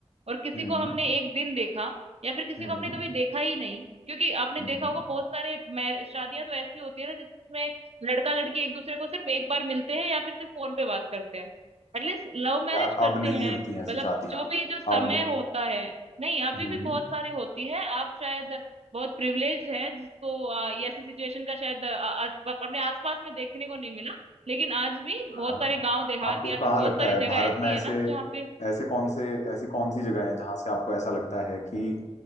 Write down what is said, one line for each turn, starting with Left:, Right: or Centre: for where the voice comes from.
Right: और किसी
Left: हम्म
Right: को हमने एक दिन देखा या फिर किसी
Left: हम्म
Right: को हमने कभी देखा ही नहीं क्योंकि आपने
Left: हम्म
Right: देखा होगा बहुत सारे मैर- शादियां तो ऐसी होती है ना जिसमें लड़का लड़की एक दूसरे को सिर्फ एक बार मिलते हैं या फिर सिर्फ फोन पे बात करते हैं एटलीस्ट लव मैरिज
Left: यार
Right: करते
Left: अब नहीं
Right: हैं
Left: होती
Right: मतलब
Left: हैं ऐसी शादियां
Right: जो भी जो समय
Left: अब
Right: होता है नहीं अभी
Left: हम्म
Right: भी बहुत सारी होती है आप शायद बहुत प्रिविलेज है जिसको आ, ये ऐसी सिचुएशन का शायद आ, आज अपने आसपास में देखने को नहीं मिला लेकिन आज भी बहुत
Left: हाँ।
Right: सारे गांव देहात
Left: आपको
Right: या फिर
Left: कहाँ
Right: बहुत
Left: लगता
Right: सारी
Left: है भारत
Right: जगह ऐसी
Left: में ऐसे
Right: है ना जहाँ पे
Left: ऐसे कौन से ऐसी कौन सी जगह है जहां से आपको ऐसा लगता है कि